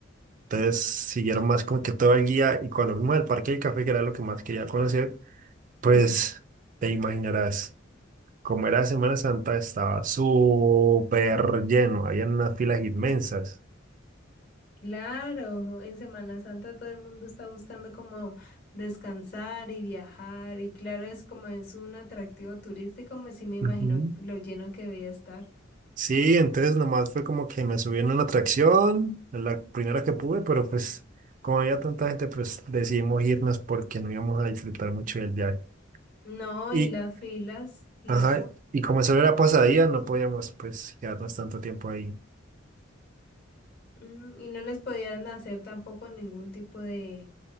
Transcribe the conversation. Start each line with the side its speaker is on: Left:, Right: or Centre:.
Right: Entonces siguieron más como que todo el guía y cuando fuimos al Parque del Café, que era lo que más quería conocer, pues
Left: Sí.
Right: te imaginarás, como era Semana Santa estaba súper lleno, había unas filas inmensas.
Left: Claro, en Semana Santa todo el mundo está buscando como descansar y viajar y claro, es como es un atractivo turístico, me sí me imagino
Right: Ujú.
Left: lo lleno que debía estar.
Right: Sí, entonces nomás fue como que me subí en una atracción, en la primera que pude, pero pues como había tanta gente, pues decidimos irnos porque no íbamos a disfrutar mucho del viaje.
Left: No,
Right: Y,
Left: y las filas, claro.
Right: ajá, y como solo era pasadía, no podíamos pues quedarnos tanto tiempo ahí.
Left: Mm, y no les podían hacer tampoco ningún tipo de,